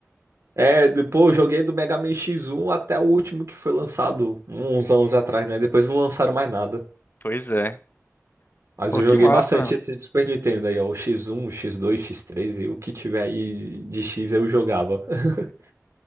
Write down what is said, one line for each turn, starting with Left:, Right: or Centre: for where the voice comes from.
Right: É, depois eu joguei do Mega Man X1 até o último que foi lançado uns anos atrás, né? Depois não lançaram mais nada.
Left: Pois é.
Right: Mas
Left: Pô,
Right: eu
Left: que
Right: joguei
Left: massa,
Right: bastante esse de Super Nintendo aí, ó. O X1, o X2, X3 e o que tiver aí de de X eu jogava. <laughs>